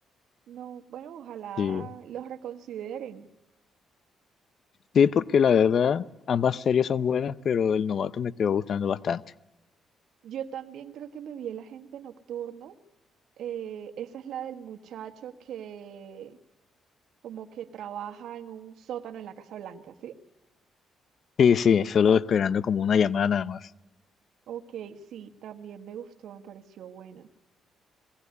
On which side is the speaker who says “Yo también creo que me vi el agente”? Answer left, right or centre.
Right